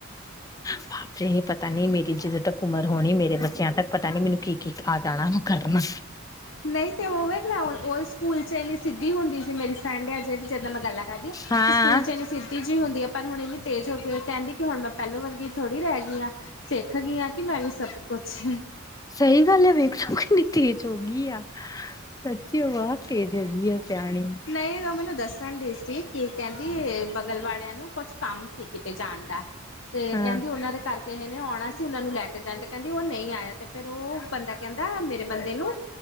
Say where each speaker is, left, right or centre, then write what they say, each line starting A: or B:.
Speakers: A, on the left (about 15°); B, on the left (about 65°).
A: ਹ।। <inaudible> ਮੁਜੇ ਏ ਪਤਾ ਨੀ ਮੇਰੀ ਜਦੋਂ ਤੱਕ ਉਮਰ ਹੋਣੀ। ਮੇਰੇ ਬੱਚਿਆਂ ਤੱਕ ਪਤਾ ਨੀ ਮੈਨੂੰ ਕੀ ਕੀ ਆ ਜਾਣਾ ਕਰਨ।
B: ਨਹੀਂ ਤਾਂ ਉਹ ਵੇਖ ਨਾ। ਉਹ ਸਕੂਲ ਚ ਇੰਨੀ ਸਿੱਧੀ ਹੁੰਦੀ ਸੀ ਮੇਰੀ ਫਰੈਂਡ ਆ ਜਿਹੜੀ ਜਿੱਦ ਨਾਲ ਮੈਂ ਗੱਲਾਂ ਕਰਦੀ ਆ।
A: ਹਾਂ
B: ਸਕੂਲ ਚ ਇੰਨੀ ਸਿੱਧੀ ਜਿਹੀ ਹੁੰਦੀ ਹੈ। ਪਰ ਹੁਣ ਇੰਨੀ ਤੇਜ਼ ਹੋ ਗਈ ਆ। ਕਹਿੰਦੀ ਕਿ ਹੁਣ ਮੈਂ ਪਹਿਲੋਂ ਵਰਗੀ ਥੋੜ੍ਹੀ ਰਹਿ ਗਈ ਹਾਂ। ਸਿੱਖ ਗਈ ਹਾਂ ਕਿ ਮੈਂ ਵੀ ਸਭ ਕੁਛ
A: ਸਹੀ ਗੱਲ ਹੈ। ਵੇਖ ਕਿੰਨੀ ਤੇਜ਼ ਹੋ ਗਈ ਆ। ਸੱਚੀ ਵਾ ਤੇਜ਼ ਹੋ ਗਈ ਆ। ਸਿਆਣੀ
B: ਨਹੀਂ ਓ ਮੈਨੂੰ ਦੱਸਣ ਡਈ ਸੀ। ਕੀ ਕਹਿੰਦੀ ਬਗਲ ਵਾਲਿਆਂ ਨੂੰ ਕੁਛ ਕੰਮ ਸੀ ਕਿਤੇ ਜਾਣ ਦਾ। ਤੇ
A: ਹਾਂ
B: ਕਹਿੰਦੀ ਉਹਨਾਂ ਦੇ ਕਰਕੇ ਇਹ ਨੇ ਆਉਣਾ ਸੀ ਉਹਨਾ ਨੂੰ ਲੈ ਕੇ ਜਾਣਾ, ਤੇ ਕਹਿੰਦੀ ਉਹ ਨਹੀਂ ਆਇਆ। ਤੇ ਫੇਰ ਉਹ ਬੰਦਾ ਕਹਿੰਦਾ ਮੇਰੇ ਬੰਦੇ ਨੂੰ।